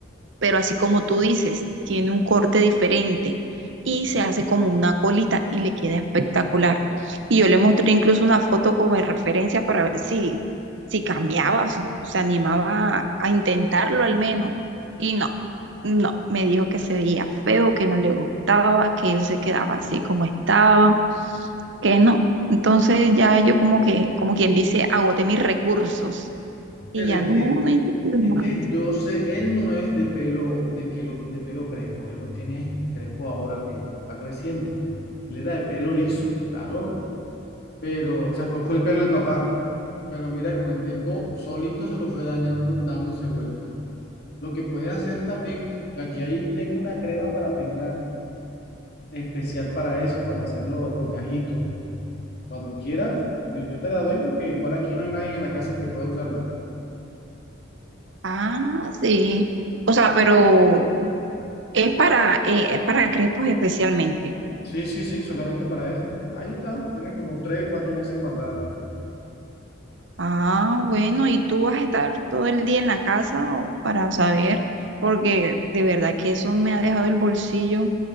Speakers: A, on the right; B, on the left.
A: pero así como tú dices, tiene un corte diferente y se hace como una colita y le queda espectacular. Y yo le mostré incluso una foto como de referencia para ver si, si cambiaba, su- se animaba a intentarlo al menos. Y no, no, me dijo que se veía feo, que no le gustaba, que él se quedaba así como estaba, que no. Entonces ya yo como que, como quien dice, agoté mis recursos y
B: pero
A: ya
B: es
A: no,
B: que
A: no, no,
B: Es que
A: no.
B: yo sé, él no es de pelo, de pelo, de pelo crespo, él lo tiene crespo ahora que va creciendo. Él era de pelo liso, claro, pero sacó fue el pelo del papá, pero mira, con el tiempo solito se lo fue dañando, dándose vuelta. Lo que puedes hacer también, yo aquí ahí tengo una crema para peinar especial para eso, para hacer lo- los gajitos. Cuando quieras, eh, yo te la doy porque igual aquí no hay nadie en la casa que pueda usarla.
A: Ah, sí. O sea, pero es para, eh, es para crepos especialmente.
B: Sí, sí, sí, solamente para eso. Ahí está, tiene como tres, cuatro meses guardada.
A: Ah, bueno, ¿y tú vas a estar todo el día en la casa o para saber? Porque de verdad que eso me ha dejado el bolsillo,